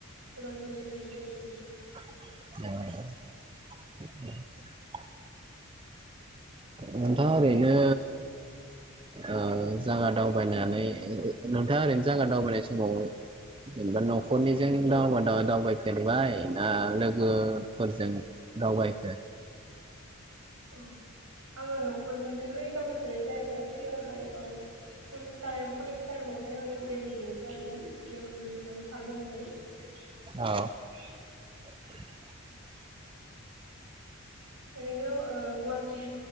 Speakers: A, on the right (about 90°); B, on the right (about 25°).
A: उदालगुरि जिलला नि सिङाव गोगलैयो।
B: औ <unintelligible> नोंथाङा ओरैनो ओ जागा दावबायनानै नोंथाङा ओरैनो जागा दावबायनाय समाव जेनेबा न'खरनिजों दाव-दावबायफेरबाय ना लोगोफोरजों दावबायखो?
A: ओं आङो न'खरनिजोंहाय दावबायफेरनाय जायाखै सिगांहाय ओ स्कुलटाइम कलेज टाइमावहाय आं बेरायहैनाय जादोंमोन लोगोफोरजों सारमोनमोनजों
B: औ <inaudible>
A: ओरैनो ओ गुहाटि